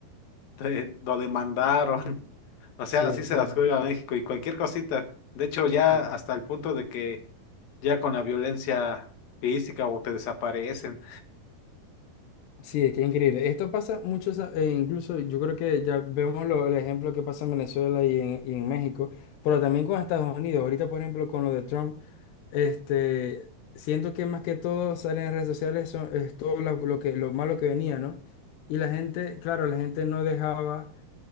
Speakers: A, on the left; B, on the left.
A: <laughs> te- lo demandaron, <laughs> o sea,
B: Sí,
A: así
B: es
A: se
B: que,
A: las juega México y cualquier cosita. De hecho, ya
B: claro.
A: hasta el punto de que ya con la violencia física o te desaparecen.
B: Sí, es que es increíble. Esto pasa mucho, sa- e incluso yo creo que ya vemos lo- el ejemplo que pasa en Venezuela y en, y en México, pero también con Estados Unidos. Ahorita, por ejemplo, con lo de Trump, este, siento que más que todo salen en redes sociales son, es todo lo, lo que, lo malo que venía, ¿no? Y la gente, claro, la gente no dejaba.